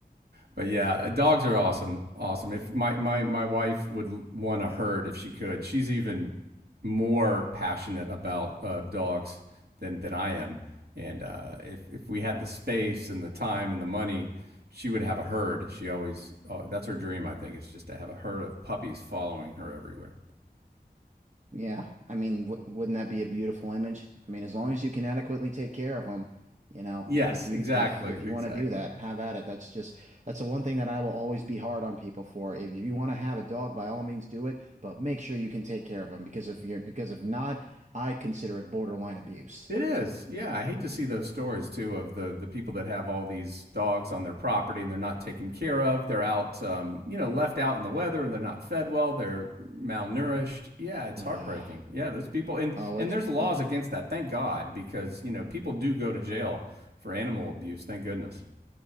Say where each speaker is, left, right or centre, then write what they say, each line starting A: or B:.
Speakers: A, on the right; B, on the right.
A: But yeah, uh, dogs are awesome. Awesome. If my my my wife would want a herd if she could. She's even more passionate about uh, dogs than than I am. And uh, if if we had the space and the time and the money, she would have a herd. She always oh, that's her dream. I think is just to have a herd of puppies following her everywhere.
B: Yeah, I mean, w wouldn't that be a beautiful image? I mean, as long as you can adequately take care of them, you know,
A: Yes,
B: if you
A: exactly,
B: can- if if you
A: exactly.
B: want to do that, have at it. That's just that's the one thing that I will always be hard on people for. If you want to have a dog, by all means do it, but make sure you can take care of them because if you're because if not, I consider it borderline abuse.
A: It is. Yeah, I hate to see those stories too of the the people that have all these dogs on their property and they're not taken care of. They're out, um, you know, left out in the weather. They're not fed well. They're malnourished. Yeah, it's
B: <sighs>
A: heartbreaking. Yeah, those people and
B: Oh,
A: and
B: it's
A: there's laws
B: oh
A: against that. Thank God, because you know people do go to jail for animal abuse. Thank goodness.